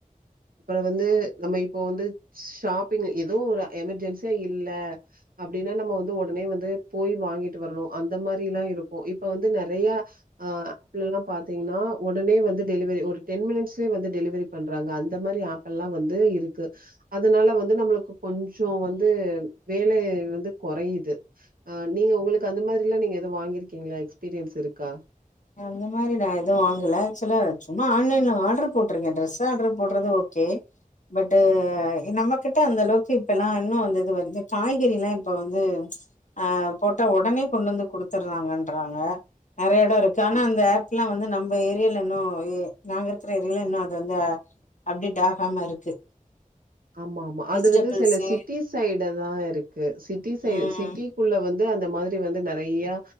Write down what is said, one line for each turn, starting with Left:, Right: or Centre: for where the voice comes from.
Right: அப்பறோ வந்து நம்ம இப்போ வந்து ஷாப்பிங் எதோ ஒரு எமெர்ஜென்சியா இல்ல அப்டின்னா நம்ம வந்து ஒடனே வந்து போய் வாங்கிட்டு வரணு அந்த மாரில்லா இருக்கு இப்ப வந்து நெறையா ஆ ஆப்ல எல்லா பாத்தீங்ன்னா ஒடனே வந்து டெலிவரி ஒரு டென் மினிட்ஸ்லயே வந்து டெலவரி பண்றாங்க அந்த மாரி ஆப்பெல்லா வந்து இருக்கு அதுனால வந்து நம்மளுக்கு கொஞ்சோ வந் து வேலை வந்து கொறையிது ஆ நீங்க உங்களுக்கு அந்த மாரில்லா நீங்க எது வாங்கிருக்கீங்ளா எக்ஸ்பீரியன்ஸ் இருக்கா
Left: அந்த மாரி நா எது வாங்கல ஆக்சுலா சும்மா ஆன்லைன்ல ஆட்ரு போட்ருக்கே ட்ரஸ் ஆட்ரு போட்றது ஓகே பட்டு் நம்மகிட்ட அந்தளவுக்கு இப்பெல்லா இன்னு அந்த இது வந்து காய்கறில்லா இப்ப வந்து அ போட்ட ஒடனே கொண்டந்து குடுத்தட்றாங்கன்றாங்க நெறைய எடோ இருக் கான அந்த ஆப்லா வந்து நம்ப ஏரியால இன்னு எ நாங்க இருக்கற ஏரியால இன்னு அது வந்து அப்டேட் ஆகாம இருக்கு
Right: ஆமாமா அது
Left: வெஜிடபிள்ஸு
Right: வந்து சில சிட்டி சைடு தா இருக்கு சிட்டி சைட்
Left: ம்
Right: சிட்டி குள்ள வந்து அந்த மாதிரி வந்து நெறைய